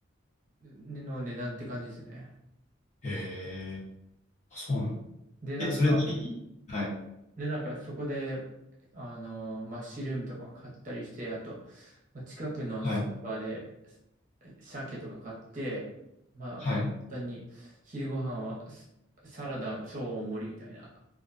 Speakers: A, on the right; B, on the left.
A: の値段って感じですね。
B: へーあそうなんだ。
A: で、なんか、
B: え、それ何、はい、
A: で、なんかそこで、あのマッシュルームとかも買ったりして、あと、まあ近くのスーパーです
B: はい、
A: 鮭とか買って、まあ、
B: はい。
A: 簡単に昼ご飯はスサラダ超大盛りみたいな。